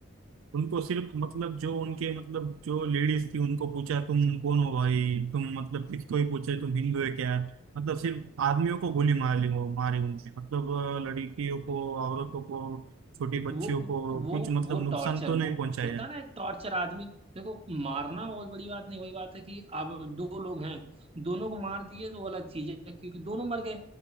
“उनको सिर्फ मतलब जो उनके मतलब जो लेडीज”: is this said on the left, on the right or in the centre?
Right